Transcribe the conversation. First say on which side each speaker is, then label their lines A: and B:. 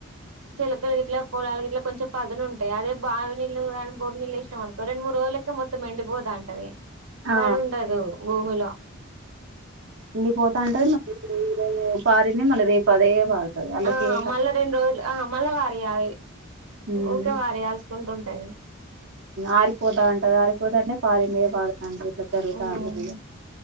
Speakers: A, on the right; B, on the right.
A: చిలకలు గిట్ల పొలలు గట్ల కొంచెం పనునంటయిదే బావి నీలు కానీ బోరు నీళ్లు ఇష్ట అకో రెండు మూడు రోజుల మొత్తం ఎండిపోతటది
B: ఆ
A: తడి ఉండదు భూమిలో
B: తండిపోతా అంటది మ <unintelligible> మళ్ళీ రేపు అదే పారుతుంది అళ్కి
A: ఆ మళ్ళా రెండు రోజులు మళ్ళా వారియాలి
B: ఉమ్
A: ఊకే వారియాల్సుకుంటుంటాయి
B: ఆరిపోతా ఉంటది ఆరిపోతా అంటే ప <unintelligible>
A: ఉమ్
B: <unintelligible>